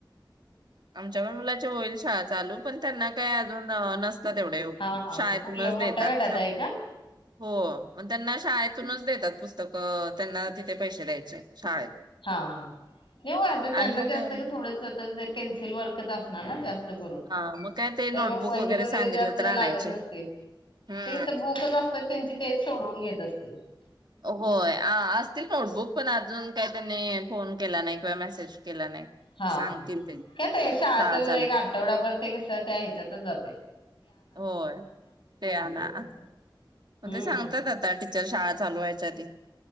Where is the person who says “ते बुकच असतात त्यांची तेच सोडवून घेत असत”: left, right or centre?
Left